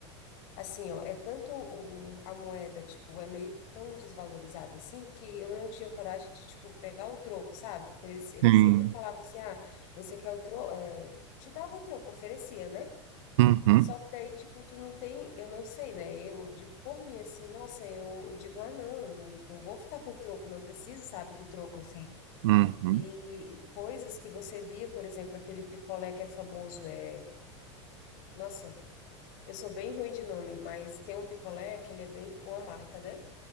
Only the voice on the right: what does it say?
Sim.
Uhum,
uhum,